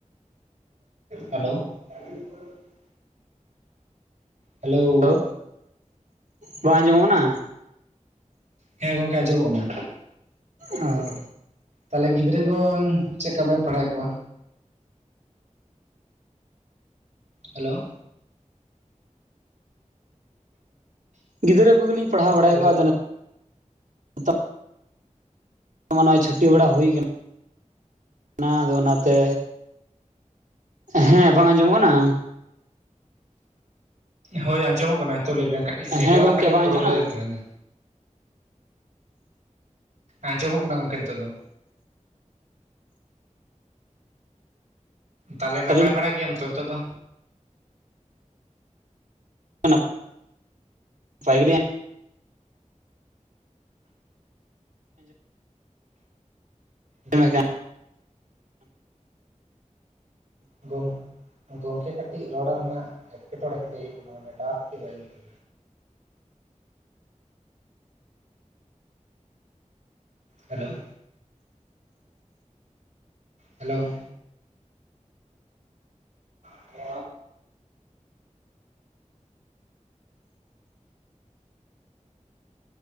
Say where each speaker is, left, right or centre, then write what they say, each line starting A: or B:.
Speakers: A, on the right; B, on the right.
A: ᱦᱮᱞᱳ <unintelligible> ᱦᱮᱞᱳ
B: ᱠᱚ ᱵᱟᱝ ᱟᱸᱡᱚᱢᱚᱜ ᱠᱟᱱᱟ?
A: ᱦᱮᱸ ᱜᱚᱝᱠᱮ ᱟᱸᱡᱚᱢᱚᱜᱱᱟ
B: ᱚ
A: ᱛᱟᱦᱚᱞᱮ ᱜᱤᱫᱽᱨᱟᱹ ᱠᱚ ᱪᱮᱫ ᱞᱮᱠᱟ ᱵᱮᱱ ᱯᱟᱲᱦᱟᱣᱮᱫ ᱠᱚᱣᱟ? ᱦᱮᱞᱳ
B: ᱜᱤᱫᱽᱨᱟᱹ ᱠᱚᱜᱮᱞᱤᱧ ᱯᱟᱲᱦᱟᱣ ᱵᱟᱲᱟᱭᱮᱫ
A: ᱦᱮᱞᱳ
B: ᱠᱚᱣᱟ ᱟᱫᱚ ᱱᱤᱛᱚᱜ ᱱᱚᱜᱼᱚᱭ ᱪᱷᱩᱴᱤ ᱵᱟᱲᱟ ᱦᱩᱭᱠᱟᱱᱟ ᱟᱫᱚ ᱚᱱᱟᱛᱮ ᱦᱮᱸ ᱵᱟᱝ ᱟᱸᱡᱚᱢᱚᱜ ᱠᱟᱱᱟ
A: ᱦᱳᱭ ᱟᱸᱡᱚᱢᱚᱜ ᱠᱟᱱᱟ ᱱᱤᱛᱳ ᱞᱟᱹᱭ ᱵᱮᱱ ᱠᱟᱹᱴᱤᱡ ᱱᱮᱴᱣᱟᱨᱠ
B: ᱦᱮᱸ ᱜᱚᱝᱠᱮ
A: ᱠᱟᱹᱴᱤᱡ
B: ᱵᱟᱝ
A: ᱯᱨᱚᱵᱞᱮᱢ
B: ᱟᱸᱡᱚᱢᱚᱜ ᱠᱟᱱᱟ?
A: ᱮᱫ ᱛᱟᱵᱤᱱᱟ ᱟᱸᱡᱚᱢᱚᱜ ᱠᱟᱱᱟ ᱜᱚᱝᱠᱮ ᱱᱤᱛᱚᱜ ᱫᱚ ᱛᱟᱦᱚᱞᱮ ᱱᱟᱯᱟᱭ
B: ᱟᱹᱞᱤᱧ
A: ᱵᱟᱲᱟ ᱜᱮᱭᱟᱢ ᱛᱚ ᱱᱤᱛᱚᱜ ᱫᱚ?
B: ᱱᱟᱯᱟᱭ ᱜᱮ ᱟᱸᱡᱚᱢᱮᱫ
A: ᱜᱚᱝ <inaudible> ᱜᱚᱝ ᱜᱚᱢᱠᱮ ᱠᱟᱹᱴᱤᱡ ᱨᱚᱲ ᱨᱮᱱᱟᱜ ᱮᱴᱠᱮᱴᱚᱬᱮ ᱠᱟᱹᱴᱤᱡ ᱦᱩᱭᱩᱜ ᱠᱟᱱᱟ᱾ ᱱᱮᱴᱚᱣᱟᱨᱠ ᱠᱟᱹᱴᱤᱡ ᱵᱟᱭ ᱧᱟᱢᱮᱫᱟ ᱦᱮᱞᱳ ᱦᱮᱞᱳ <inaudible>